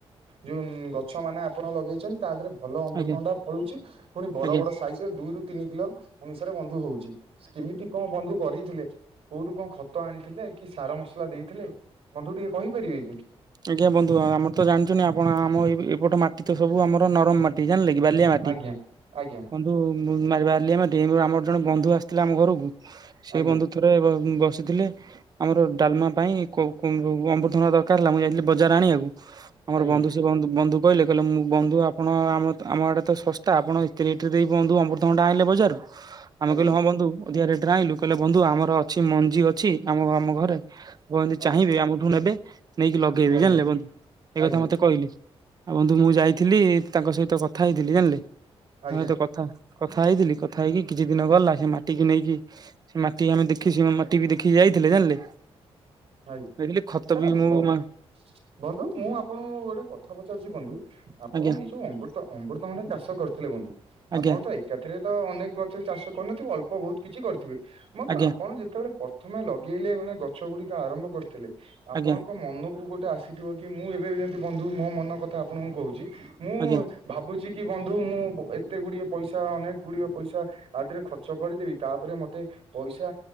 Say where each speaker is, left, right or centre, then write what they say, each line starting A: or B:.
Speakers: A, on the right; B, on the right.
A: ଯୋଉ ଗଛ ମାନେ ଆପଣ ଲଗେଇଛନ୍ତି ତା ଦେହରେ ଭଲ ଅମୃତଭଣ୍ଡା
B: ଆଜ୍ଞା
A: ଫଳୁଛି ପୁଣି ବଡ
B: ଆଜ୍ଞା
A: ବଡ ସାଇଜ ଦୁ ରୁ ତିନି କିଲୋ ଅନୁସାରେ ବନ୍ଧୁ ହଉ କେମିତି କଣ ବନ୍ଧୁ କରି ଥିଲେ କୋଉଠୁ କଣ ଖତ ଆଣିଥିଲେ କି ସାର ମସଲା ଦେଇଥିଲେ ବନ୍ଧୁ ଟିକେ କହିପାରିବେ କି?
B: ଆଜ୍ଞା ବନ୍ଧୁ ଆମର ତ ଜାଣିଛନ୍ତି ଆପଣ ଆମ ଏ ଏପଟ ମାଟି ତ ସବୁ ଆମର ନରମ ମାଟି ଜାଣିଲେ କି? ବାଲିଆ ମାଟି
A: ଆଜ୍ଞା ଆଜ୍ଞା
B: ବନ୍ଧୁ ବା ବାଲିଆ ମାଟି କିନ୍ତୁ ଆମର ଜଣେ ବନ୍ଧୁ ଆସିଥିଲେ ଆମ ଘରକୁ ସେ
A: ଆଜ୍ଞା।
B: ବନ୍ଧୁ ଥରେ ଉଁ ବସିଥିଲେ ଆମର ଡାଲମା ପାଇଁ କୋ କୋ ଅମୃତଭଣ୍ଡା ଦରକାର ହେଲା ମୁଁ ଯାଇଥିଲି ବଜାର ଆଣିବାକୁ ଆମର
A: ଆଜ୍ଞା।
B: ବନ୍ଧୁ ସେ ବନ୍ଧୁ ବନ୍ଧୁ କହିଲେ କହିଲେ ମୁଁ ବନ୍ଧୁ ଆପଣ ଆମ ଆମ ଆଡ଼େ ତ ଶସ୍ତା ଆପଣ ଏତେ ରେଟ୍ ଦେଇ ବନ୍ଧୁ ଅମୃତ ଭଣ୍ଡା ଆଣିଲେ ବଜାରରୁ। ଆମେ
A: ଆଜ୍ଞା
B: କହିଲୁ ହଁ ବନ୍ଧୁ ଅଧିକା ରେଟରେ ଆଣିଲୁ କହିଲେ ବନ୍ଧୁ ଆମର ଅଛି ମଞ୍ଜି ଅଛି ଆମ ଆମ ଘରେ। କୁହନ୍ତୁ
A: ଆଜ୍ଞା।
B: ଚାହିଁବେ ଆମଠୁ ନେବେ ନେଇକି ଲଗେଇବେ
A: ଆଜ୍ଞା
B: ଜାଣିଲେ ବନ୍ଧୁ ଏ
A: ଆଜ୍ଞା
B: କଥା ମତେ କହିଲେ। ଆଉ ବନ୍ଧୁ ମୁଁ ଯାଇଥିଲି ତାଙ୍କ ସହିତ କଥା ହେଇଥିଲି ଜାଣିଲେ
A: ଆଜ୍ଞା
B: ତାଙ୍କ ସହିତ କଥା କଥା ହେଇଥିଲି କଥା ହେଇକି କିଛି ଦିନ ଗଲା ସେ ମାଟି କି ନେଇକି ସେ ମାଟି ଆମେ ଦେଖି ମାଟି ବି ଦେଖିକି ଯାଇଥିଲେ ଜାଣିଲେ।
A: ଆଜ୍ଞା
B: ଦେଖିଲେ ଖତ
A: ତାହେଲେ
B: ବି ମୁଁ
A: ବ
B: ମା
A: ବନ୍ଧୁ ମୁଁ ଆପଣଙ୍କୁ ଗୋଟେ କଥା ପଚାରୁଛି ବନ୍ଧୁ ଆପଣ
B: ଆଜ୍ଞା
A: ଏଇ ଯୋଉ ଅମୃତ ତ ଅମୃତଭଣ୍ଡା ଚାଷ କରିଥିଲେ ବନ୍ଧୁ
B: ଆଜ୍ଞା
A: ଆପଣ ତ ଏକାଥରେ ତ ଅନେକ ଗଛ ଚାଷ କରିନଥିବ ଅଳ୍ପ ବହୁତ କିଛି କରିଥିବେ ବନ୍ଧୁ
B: ଆଜ୍ଞା
A: ଆପଣ ଯେତେବେଳେ ପ୍ରଥମେ ଲଗେଇଲେ ମାନେ ଗଛ ଗୁଡିକ ଆରମ୍ଭ କରିଥିଲେ। ଆପଣଙ୍କ
B: ଆଜ୍ଞା
A: ମନକୁ ଗୋଟେ ଆସିଥିବ କି ମୁଁ ଏବେ ବି ଯେମିତି ବନ୍ଧୁ ମୋ ମନ କଥା ଆପଣଙ୍କୁ କହୁଛି ମୁଁ
B: ଆଜ୍ଞା
A: ଭାବୁ ଛି କି ବନ୍ଧୁ ମୁଁ ଏତେ ଗୁଡିଏ ପଇସା ଅନେକ ଗୁଡିଏ ପଇସା ଇଆଥିରେ ଖର୍ଚ୍ଚ କରିଦେବି ତାପରେ ମତେ ପଇସା